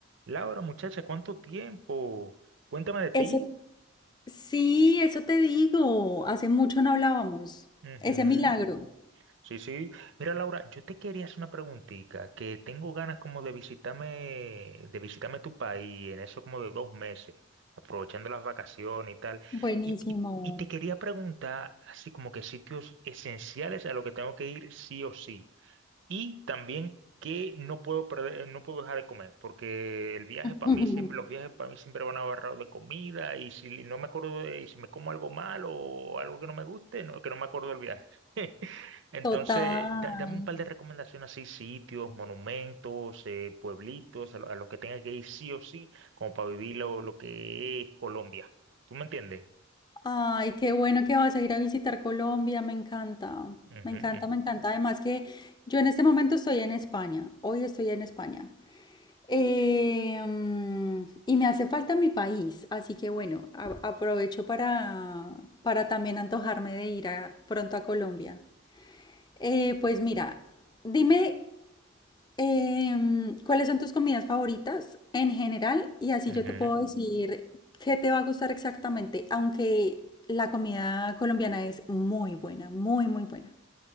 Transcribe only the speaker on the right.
Laura, muchacha, ¿cuánto tiempo? Cuéntame de ti.
Ujú.
Sí, sí. Mira, Laura, yo te quería hacer una preguntita, que tengo ganas como de visitarme, de visitarme tu país en eso como de dos meses, aprovechando las vacaciones y tal.
Y, y, y te quería preguntar así como que sitios esenciales a los que tengo que ir sí o sí. Y también que no puedo perder, no puedo dejar de comer, porque el viaje
para mí siempre, los viajes para mí siempre van agarrados de comida y si no me acuerdo de, y si me como algo malo o algo que no me guste, no, que no me acuerdo del viaje. <laughs> Entonces,
da- dame un par de recomendaciones así, sitios, monumentos, eh, pueblitos, a, lo- a los que tenga que ir sí o sí, como para vivir lo, lo que es Colombia. ¿Tú me entiendes?
Ujú,
ujú,
ujú.